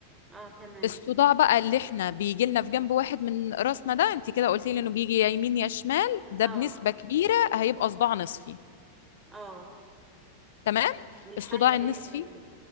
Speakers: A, on the right; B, on the left.
A: اه تمام
B: الصداع بقى اللي احنا بيجي لنا في جنب واحد من راسنا ده انت كده قلتي لي انه بيجي يا يمين يا شمال ده
A: اه
B: بنسبة كبيرة هيبقى صداع نصفي
A: اه
B: تمام
A: والحل
B: الصداع
A: ايه
B: النصفي
A: طيب